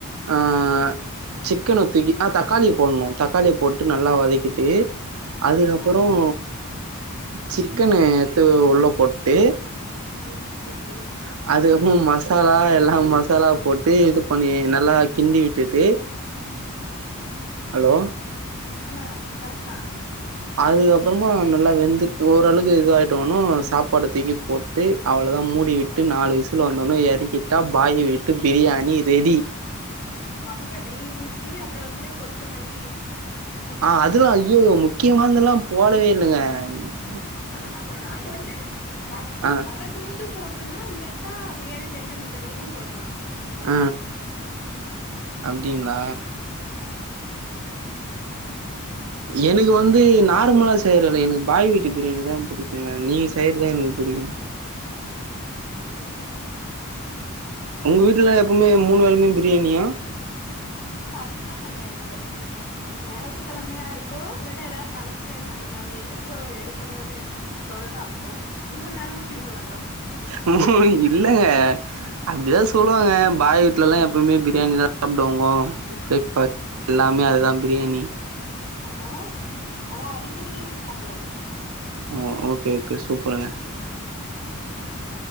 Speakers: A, on the right; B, on the left.
A: அஹ் சிக்கன் வதக்கி ஆஹ் தக்காளியை போடணும் தக்காளியை போட்டு நல்லா வதக்கிட்டு அதுக்கப்புறம்
B: ஆ
A: இப்போ சிக்கனு எத்து உள்ள போட்டு சிக்கலூலாம் போட்டு <unintelligible> அதுகப்புறம் மசாலா எல்லாம் மசாலா போட்டு இது பண்ணி நல்லா கிண்டி விட்டுட்டு
B: உம் <unintelligible>
A: ஹலோ
B: ஆம்மா கரெக்டா
A: அதுக்கப்புறமா நல்லா வெந்துட் ஓரளக்கு இது ஆயிட்டவனும் சாப்பாடு தூக்கி போட் அவ்ளவுதான் மூடிவிட்டு நாலு விசில் வந்து இறக்கிட்டா பாய் வீட்டு பிரியாணி ரெடி
B: ஆ அப்புறம் நெய் ஊத்தி அப்புறம் வந்து கொத்தமல்லி கொத்தமல்லி
A: ஆஹ அதுவா ஐய்யோ முக்கியமாந்தெல்லாம் போடவே இல்லங்க அன் <unintelligible>
B: அதெல்லாம் போடோனும் அது வந்து வ
A: ஆ
B: வதக்கும் போதும் போட்டு போட்டுலாம் இல்லட்டா பிரியாணி செஞ்சு முடிஞ்ச பிறக்கும் போடலாம்
A: ஹ ஹஅப்டிங்களா
B: ஆமா
A: எனக்கு வந்து நார்மலா செய்யறல எனக்கு பாய் வீட்டு பிரியாணி தான் பிடிக்குங்க நீங்க செய்யறதான் எனக்கு பிடிக்கும்
B: போ
A: உங்க வீட்ல எப்பவுமே மூணு வேலியமே பிரியாணியா
B: அப்படியெல்லாம் கிடையாது ஞாயிற்றுக்கிழமையா இருக்கும் இல்லாட்டா ஏதாவது பங்க்ஷன் அந்த மாதிரி இப்போ எடுக்கணுனு தோனுதோ அப்போ மூணு நேரமு திங்க மாட்டோ
A: மண <unintelligible> இல்லங்க அப்படிதான்
B: ஆ
A: சொல்லுவாங்க பாய் வீட்டுல எல்லாம் எப்பவுமே பிரியாணி தான் சாப்பிடுவாங்க பிரேக்ஃபாஸ்ட் எல்லாமே
B: அது
A: அதுதான் பிரியாணி
B: மூனு நேரமும் செய்ய மாட்டோம் ஆனா அடிக்கடி சாப்பிடுவோம்
A: ஓ ஓகே ஓகே சூப்பருங்க
B: ம் <unintelligible>